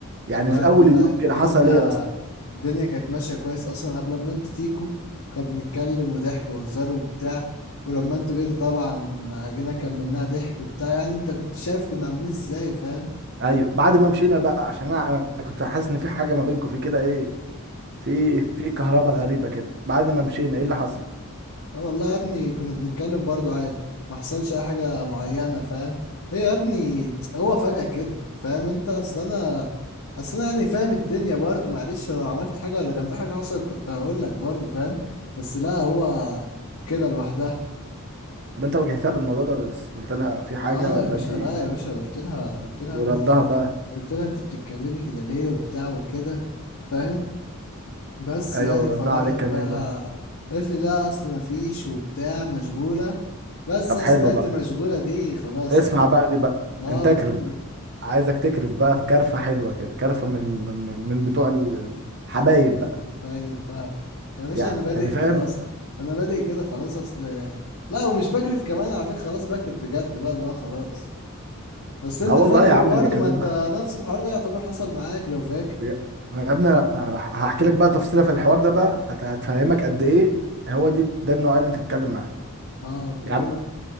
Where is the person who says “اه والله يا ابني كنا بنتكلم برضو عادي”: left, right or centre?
Left